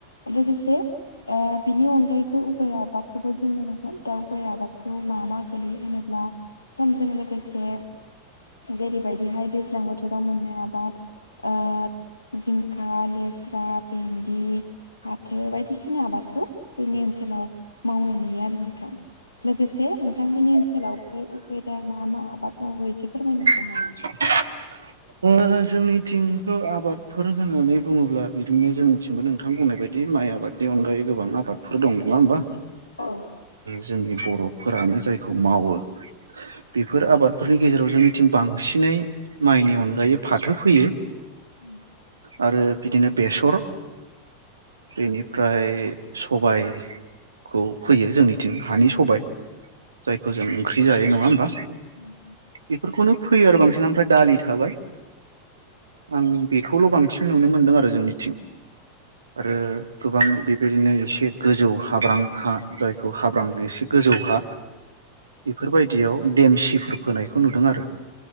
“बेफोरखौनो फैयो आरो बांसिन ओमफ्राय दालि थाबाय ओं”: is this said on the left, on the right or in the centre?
Right